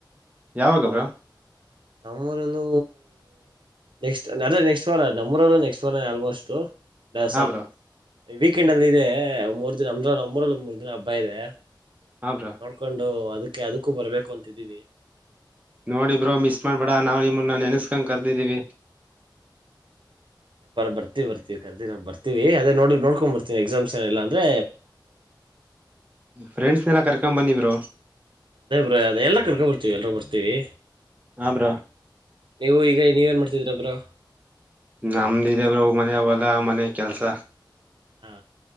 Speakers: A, on the right; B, on the right.
A: ಯಾವಾಗ
B: ನೋಡ
A: ಬ್ರಾ
B: ನಮ್ಮೂರಲ್ಲೂ ನೆಕ್ಸ್ಟ್ ಅದೇ ನೆಕ್ಸ್ಟ್ ವಾರ ನಮ್ಮೂರಲ್ಲೂ ನೆಕ್ಸ್ಟ್ ವಾರ ಆಲ್ಮೋಸ್ಟ್ ದಸ
A: ಹಾ ಬ್ರೋ
B: ವೀಕೆಂಡ್ ಅಲ್ಲಿ ಇದೆ ಮೂರ್ ದಿನ ಅಮ್ರ ನರಲ್ಲಿ ಮೂರ್ ದಿನ ಹಬ್ಬ ಇದೆ
A: ಹ್ರಾ
B: ನೋಡ್ಕೊಂಡು ಅದಕ್ಕೆ ಅದಕ್ಕೂ ಬರ್ಬೇಕು ಅಂತಿದ್ದೀವಿ
A: ನೋಡಿ ಬ್ರೋ ಮಿಸ್ ಮಾಡ್ಬೇಡ ನಾವು ನಿಮಮ್ಮನ್ನ ನೆನ್ಸ್ಕೊಂಡ ಕರ್ದಿದೀವಿ
B: ಬರ್ತಿ, ಬರ್ತೀನಿ ಕರದೇ ಬರ್ತೀವಿ ನೋಡಿಕೊಂಡು ಬರ್ತೀವಿ, ಎಕ್ಸಾಮ್ಸ್ ಏನು ಇಲ್ಲ ಅಂದ್ರೆ
A: ಫ್ರೆಂಡ್ಸ್ ನೆಲ ಕರ್ಕೊಂಡ್ ಬನ್ನಿ ಬ್ರೋ
B: ಅದೇ ಬ್ರೋ ಎಲ್ರೂ ಕರ್ಕೊಂಡ್ ಬರ್ತೀವಿ ಎಲ್ಲರೂ ಬರ್ತೀವಿ
A: ಹಾ ಬ್ರಾ
B: ನೀವು ಈಗ ನೀವು ಏನ್ ಮಾಡ್ತಾ ಇದ್ದೀರಾ ಬ್ರೋ
A: ಅಂತಿದೆ ಬ್ರೋ ಮನೆಯಲ್ಲ ಮನೆ ಕೆಲಸ
B: ಹಾ